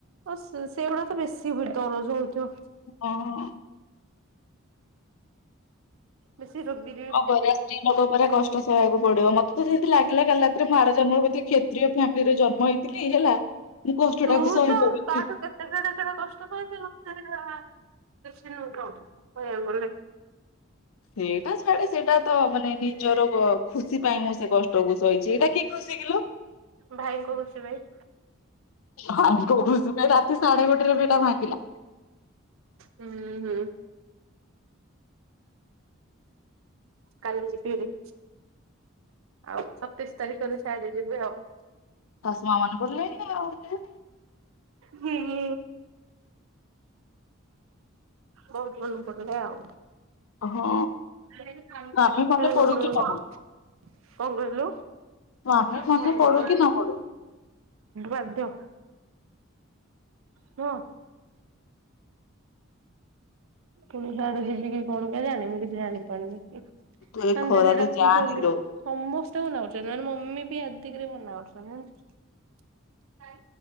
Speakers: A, on the right; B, on the left.
A: ହ ସେଇଗୁଡା ତ ବେଶୀ ଦରଜ ହଉଥିବ।
B: ହଁ
A: ବେଶୀ ରୋଗି।
B: କଣ କରିବା ଲୋକ ପୁରା କଷ୍ଟ ସହବାକୁ ପଡିବ ମତେ ତ ଯଦି ଲାଗିଲା କାଲି ରାତିରେ ଆର ଜନ୍ମ କୁ କ୍ଷତି। ପ୍ରିୟ ଫାମିଲିରେ ଜନ୍ମ ହେଇଥିଲି ହେଲା। ମୁଁ କଷ୍ଟଟାକୁ
A: ତୁ
B: ସହିପାରିବିନି।
A: ତ ତା ଠୁ। ସେଡେ ସେଡେ କଷ୍ଟ କରି କିଛି ନୁହ କ କହିବାକୁ ଗଲେ।
B: ସେଇଟା ଛାଡେ ସେଇଟା ତ ମାନେ ନିଜର ଖୁସି ପାଇଁ ମୁଁ ସେ କଷ୍ଟକୁ ସହିଛି ଏଇଟା କି। ଖୁସି କିଲୋ।
A: ଭାଇ କହୁଛି ଭାଇ।
B: ହଁ ରାତି ସାଢେ ଗୋଟେରେ ଏଟା ଭାଙ୍ଗିଲା।
A: ହୁଁ ହୁଁ। କାଲି ଯିବି ବାରି। ଆଉ ସତେଇଶ ତାରିଖରେ ସିଆଡେ ଯିବେ ଆଉ।
B: ତଶମା ମନେ ପଡ଼ିଲାଣି ଆଉ।
A: ହୁଁ। ବହୁତ ମନେ ପଡିଲେ ଆଉ।
B: ହଁ
A: ହୁଁ
B: ସ୍ୱାମୀ ମନେ ପଡୁ
A: ହୁଁ।
B: କି ନ
A: କଣ
B: ପଡୁ
A: କହିଲୁ।
B: ସ୍ୱାମୀ ମନେ
A: ଯିବା
B: ପଡୁ କି ନ ପଡୁ
A: ବାଧ୍ୟ। ହଁ। ପୁଣ ସିଆଡେ ଯିବ କି କଣ କେ ଜାଣ ମୁଁ କିଛି ଜାଣିପାରୁନି ଶନ
B: ତୁ ଏ ଖରାରେ
A: ଦିଦି ଡାକୁଛନ୍ତି।
B: ଯାନି ଲୋ
A: ସମସ୍ତେ ମନା କରୁଛନ୍ତି ମମି ବି ଆଦିକ ମନା କରୁଛନ୍ତି।